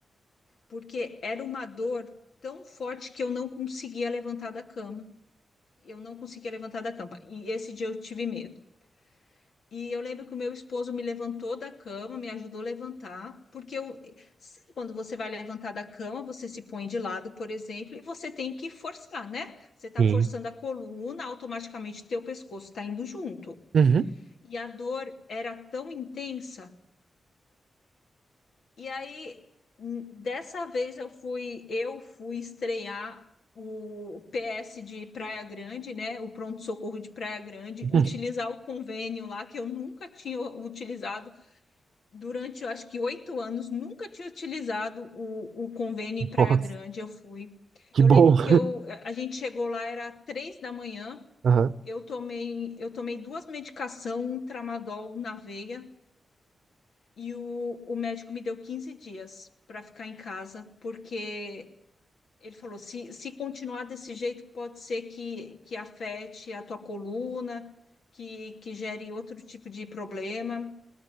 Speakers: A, on the left; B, on the right.
A: porque era uma dor tão forte que eu não conseguia levantar da cama. Eu não conseguia levantar da cama. E esse dia eu tive medo. E eu lembro que o meu esposo me levantou da cama, me ajudou a levantar, porque eu, sabe quando você vai levantar da cama, você se põe de lado, por exemplo, e você tem que forçar, né? Você está
B: Sim.
A: forçando a coluna, automaticamente teu pescoço está indo junto.
B: Uhum.
A: E a dor era tão intensa. E aí, n- dessa vez eu fui, eu fui estrear o PS de Praia Grande, né? O pronto-socorro de Praia Grande,
B: <laughs>
A: utilizar o convênio lá que eu nunca tinha utilizado durante, eu acho que oito anos, nunca tinha utilizado o, o convênio em Praia
B: Nossa,
A: Grande. Eu fui.
B: que
A: Eu
B: bom.
A: lembro
B: <laughs>
A: que eu, a gente chegou lá, era três da manhã.
B: Aham.
A: Eu tomei, eu tomei duas medicações, um tramadol na veia, e o, o médico me deu 15 dias para ficar em casa, porque ele falou: se, se continuar desse jeito, pode ser que, que afete a tua coluna, que, que gere outro tipo de problema.